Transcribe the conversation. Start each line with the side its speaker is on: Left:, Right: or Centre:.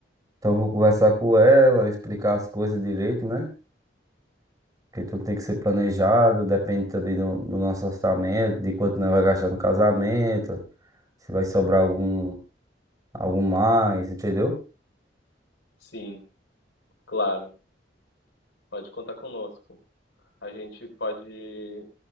Right: Então eu vou conversar com ela, explicar as coisas direito, né? Porque tudo tem que ser planejado, depende também do, do nosso orçamento, de quanto nós vai gastar no casamento, se vai sobrar algum, algum mais, entendeu?
Left: Sim, claro, pode contar conosco. A gente pode